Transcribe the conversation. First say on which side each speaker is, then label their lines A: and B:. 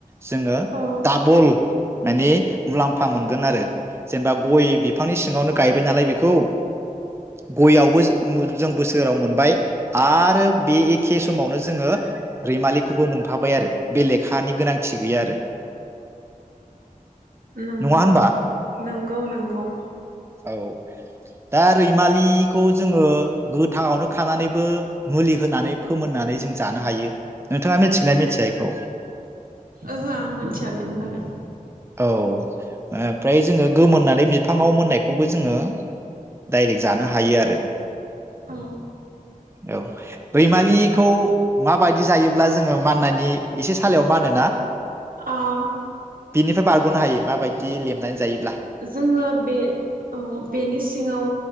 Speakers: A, on the right; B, on the right.
A: जोंङो
B: औ
A: दाबल माने मुलाम्फा मोनगोन आरो जेनेबा गय बिफांनि सिंङावनो गायबाय नालाय बेखौ गययावबो जों बोसोराव मोनबाय आरो बे एखे समावनो जोंङो रैमालि खौबो मोनफाबाय आरो बेलेखानि गोनांथि गैया आरो
B: नंगौ
A: नङा होनबा
B: नंगौ नंगौ
A: औ दा रैमालिखौ जोंङो गोथाङावनो खानानैबो मुलि होनानै फोमोननानै जों जानो हायो नोंथाङा मिथिगोना मिथिया इखौ
B: ओहो आं मिथिया बेनि बागै
A: औ ओमफ्राय जोंङो गोमोननानै बिफाङाव मोननायखौबो जोंङो डाइरेक्ट जानो हायो आरो
B: औ
A: औ रैमालिखौ माबायदि जायोब्ला जोंङो माननायनि एसे सालायाव मानोना
B: औ
A: बिनिफ्राय बारग'नो हायो माबायदि लेबनानै जायो
B: जोंङो बे औ बेनि सिङाव